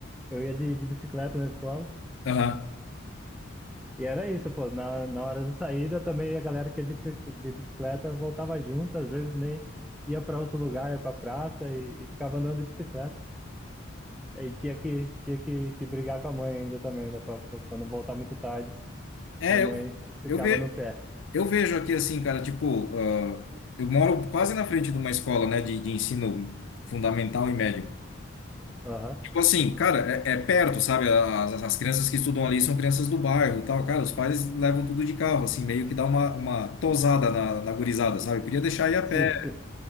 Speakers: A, in the centre; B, on the left.
A: Eu ia de, de bicicleta na escola.
B: Aham.
A: E era isso, pô. Na, na hora da saída também a galera que ia de bicic- de bicicleta voltava junto, às vezes nem ia para outro lugar, ia para praça e, e ficava andando de bicicleta. E tinha que, tinha que, que brigar com a mãe ainda também, né? Para não voltar muito tarde.
B: É,
A: A mãe
B: eu,
A: ficava
B: eu, ve,
A: no pé.
B: eu vejo aqui assim, cara, tipo, ah, eu moro quase na frente de uma escola, né, de, de ensino fundamental e médio.
A: Aham.
B: Tipo assim, cara, é, é perto, sabe? As, as crianças que estudam ali são crianças do bairro, e tal. Cara, os pais levam tudo de carro, assim, meio que dá uma, uma tosada na, na gurizada, sabe? Podia deixar ir a
A: <laughs> Sim,
B: pé.
A: sim.